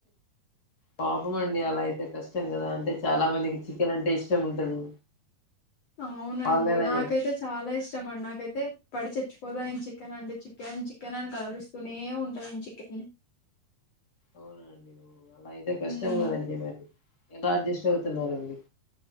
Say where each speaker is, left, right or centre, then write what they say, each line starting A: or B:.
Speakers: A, on the left; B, on the left.
A: పాపం అండి అలయి కష్టం కదా అంటే చాలా మందికి చికెన్ అంటే ఇష్ టం ఉంటది
B: అవునండి
A: వాళ్ళు ఎలా
B: నాకైతే
A: చేస్
B: చాలా ఇష్టం అండి నాకైతే పడిచచ్చ మర్చిపోదా చికెన్ అండి చికెన్ చికెన్ అని కలరిస్తూనే ఉంటుంది చికెన్
A: అవునండి అలా అయితే కష్టం
B: మ్మ్
A: కదండి మరి ఎలా అడ్జస్ట్ అవుతున్నడి